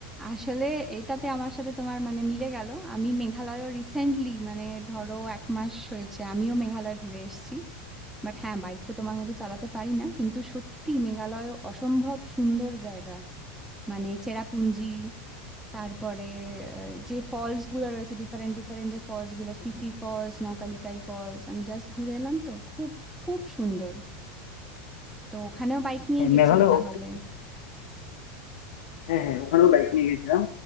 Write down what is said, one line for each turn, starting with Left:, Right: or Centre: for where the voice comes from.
Centre: আসলে এটাতে আমার সাথে তোমার মানে মিলে গেল আমি মেঘালয়ও রিসেন্টলি মানে ধরো এক মাস হয়েছে আমিও মেঘালয় ঘুরে এসেছি বাট হ্যাঁ বাইক তো তোমার মতো চালাতে পারি না কিন্তু সত্যি মেঘালয় অসম্ভব সুন্দর জায়গা মানে চেরাপুঞ্জি তারপরে আহ, যে ফলস গুলো রয়েছে ডিফারেন্ট ডিফারেন্ট যে ফলস গুলো ফিফি ফলস নকালিকাই ফলস আমি জাস্ট ঘুরে এলাম তো খুব খুব সুন্দর তো ওখানেও বাইক নিয়ে
Left: হ্যাঁ
Centre: গেছিলে
Left: মেঘালয়
Centre: তাহলে
Left: অবধি- হ্যাঁ হ্যাঁ ওখানেও বাইক নিয়ে গেছিলাম